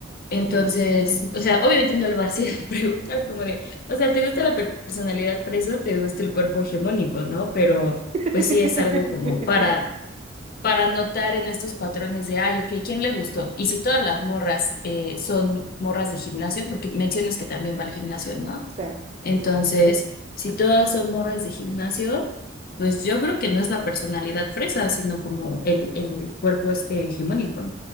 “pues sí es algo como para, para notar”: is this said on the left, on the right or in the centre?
Left